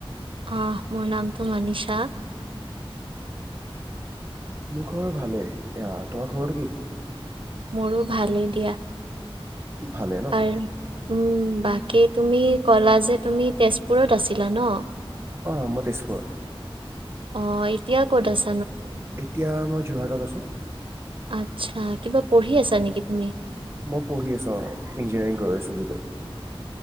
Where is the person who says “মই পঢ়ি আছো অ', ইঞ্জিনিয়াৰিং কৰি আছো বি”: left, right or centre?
Right